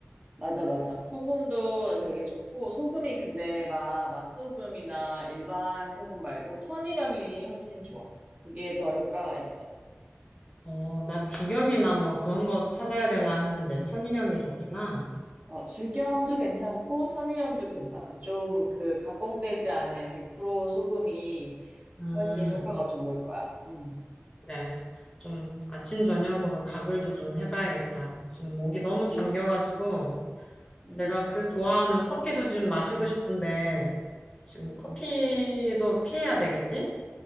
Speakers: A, on the right; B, on the left.
A: 맞아, 맞아. 소금도 되게 좋고, 소금이 근데 막 맛소금이나 일반 소금 말고 천일염이 훨씬 좋아. 그게 더 효과가 있어.
B: 어, 나 죽염이나 뭐 그런 거 찾아야 되나 했는데, 천일염이 좋구나.
A: 어, 죽염도 괜찮고 천일염도 괜찮아. 좀 그 가공되지 않은 100% 소금이
B: 음.
A: 훨씬 효과가 좋을 거야. 음,
B: 네. 좀 아침 저녁으로 가글도 좀 해봐야겠다. 지금 목이 너무
A: 음,
B: 잠겨가지고
A: 음.
B: 내가 그 좋아하는 커피도 지금 마시고 싶은데 지금 커피도 피해야 되겠지?